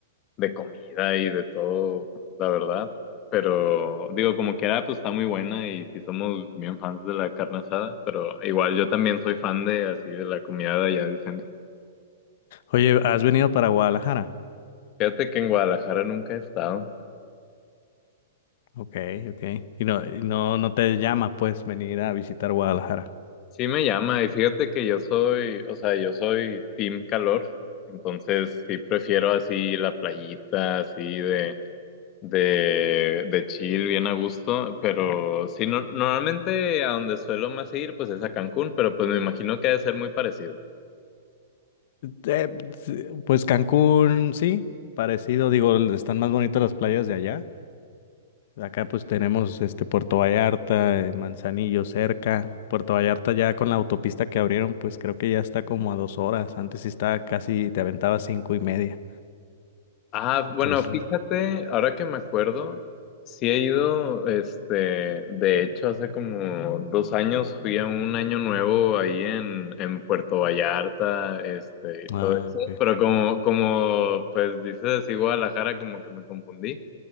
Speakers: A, on the left (about 30°); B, on the left (about 50°).
A: de comida y de todo, la verdad. Pero digo, como quiera, pues está muy buena y sí somos bien fans de la carne asada, pero igual yo también soy fan de así de la comida de allá del centro.
B: Oye, ¿has venido para Guadalajara?
A: Fíjate que en Guadalajara nunca he estado.
B: Ok, ok. Y no, y no, no te llama, pues, venir a visitar Guadalajara.
A: Sí me llama y fíjate que yo soy, o sea, yo soy team calor, entonces sí prefiero así la playita, así de, de, de chill, bien a gusto, pero sí, no- normalmente a donde suelo más ir, pues es a Cancún, pero pues me imagino que ha de ser muy parecido.
B: Eh, sí, pues Cancún, sí, parecido, digo, están más bonitas las playas de allá. Acá pues tenemos este Puerto Vallarta, eh, Manzanillo cerca. Puerto Vallarta ya con la autopista que abrieron, pues creo que ya está como a dos horas. Antes sí estaba casi, te aventaba cinco y media.
A: Ah,
B: Entonces,
A: bueno, fíjate, ahora que me acuerdo, sí he ido, este, de hecho, hace como dos años fui a un año nuevo ahí en, en Puerto Vallarta, este, y todo
B: ah,
A: eso.
B: ok.
A: Pero como, como, pues dices, sí, Guadalajara, como que me confundí.